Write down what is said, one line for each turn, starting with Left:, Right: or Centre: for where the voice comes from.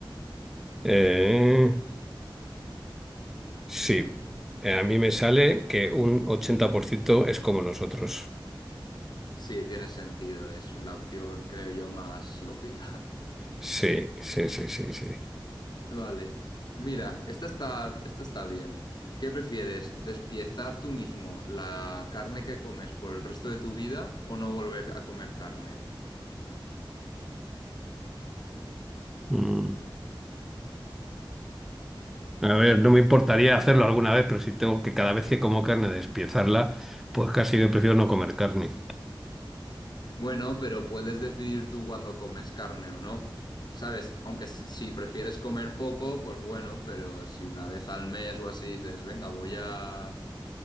Centre: Eh, sí, Eh, a mí me sale que un 80% es como nosotros.
Left: Sí, tiene sentido, es la opción, creo yo, más lógica.
Centre: Sí, sí, sí, sí, sí.
Left: Vale. Mira, esta está, esta está bien. ¿Qué prefieres? ¿Despiezar tú mismo la carne que comes por el resto de tu vida o no volver a comer carne?
Centre: Mm. A ver,
Left: decir,
Centre: no me importaría hacerlo alguna vez, pero si tengo que cada vez que como carne despiezarla, pues casi que prefiero no comer carne.
Left: Bueno, pero puedes decidir tú cuando comes carne o no. ¿Sabes? Aunque s- si prefieres comer poco, pues bueno, pero si una vez al mes o así dices, venga, voy a